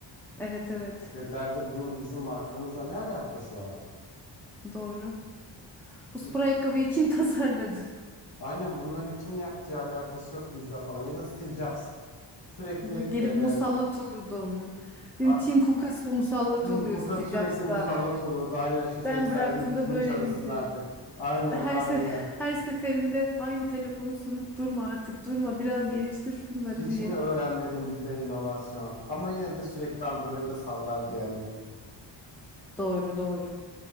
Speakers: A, in the centre; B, on the left.
A: Evet evet
B: Ya derdi bunun bizim markamızla ne alakası var?
A: doğru. Bu spor
B: M-
A: ayakkabıyı kim <laughs> tasarladı?
B: Aynen bunları kim yaptığı alakası yok bizle falan ya da Steve Jobs sürekli
A: Bu Gelip
B: e,
A: musallat olurdu ona. Benim
B: a-
A: Tim Cook'a musallat
B: Tim
A: oluyor
B: Cook'a
A: Steve
B: sürekli
A: Jobs'ta.
B: musallat olurdu. Aynen şu Face
A: Ben bıraktığımda
B: ID düzgün
A: böyle
B: çalışsın
A: miydi?
B: artık. Aynen
A: Her
B: aynen.
A: sef <laughs> her seferinde aynı telefonu sunup durma artık durma biraz geliştir bunları
B: Hiç
A: diye.
B: mi öğrenmedin bizde inovasyon? Ama yine de sürekli Android'e sallardı yani.
A: Doğru doğru.